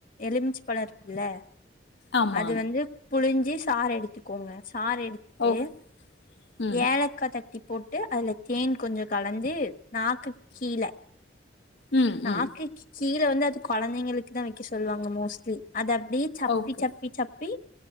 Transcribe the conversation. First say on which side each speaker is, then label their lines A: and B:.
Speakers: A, on the left; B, on the left.
A: எலுமிச்ச பலோ இருக்கும்ல
B: ஆமா.
A: அது வந்து புழிஞ்சு சார் எடுத்துக்கோங்க சார் எடுத்து
B: ஓக் ம்.
A: ஏலக்கா தட்டி போட்டு அதுல தேன் கொஞ்சோ கலந்து நாக்கு கீழ
B: ம்,
A: நாக்குக்கு
B: ம்.
A: கீழ வந்து அது கொழந்தைங்களுக் குதா வக்க சொல்லுவாங்க மோஸ்ட்லி அது அப்டியே சப்பி
B: ஓகே.
A: சப்பி சப்பி